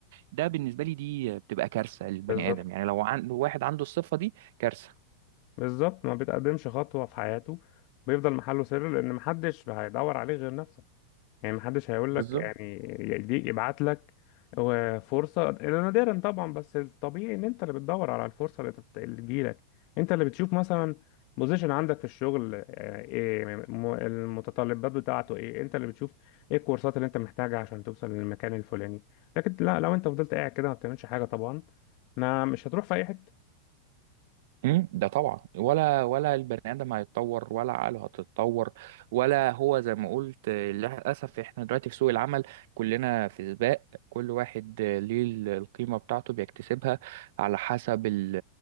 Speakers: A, on the right; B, on the left.
A: ده بالنسبه لي دي بتبقى كارثه للبني
B: بالظبط
A: ادم يعني لو عن... لو واحد عنده الصفه دي كارثه
B: بالظبط ما بتقدمش خطوة في حياته بيفضل محله سر لأن محدش هيدور عليه غير نفسه يعني محدش هيقول
A: بالظبط
B: لك يعني يديك يبعت لك و- فرصة إلا نادرا طبعا بس الطبيعي ان انت اللي بتدور على الفرصة اللي تت- اللي تجيلك انت اللي بتشوف مثلا بوزيشن عندك في الشغل آه، ايه م- المتطلبات بتاعته ايه انت اللي بتشوف ايه الكورسات اللي انت محتاجها عشان توصل للمكان الفلاني لكن لا لو انت فضلت قاعد كده ما بتعملش حاجة طبعا ما مش هتروح في اي حتة
A: مم، ده طبعا ولا ولا البني ادم هيتطور ولا عقله هتتطور ولا هو زي ما قلت آه، للاسف احنا دلوقتي في سوق العمل كلنا في سباق كل واحد آه، ليه ال- القيمه بتاعته بيكتسبها على حسب ال-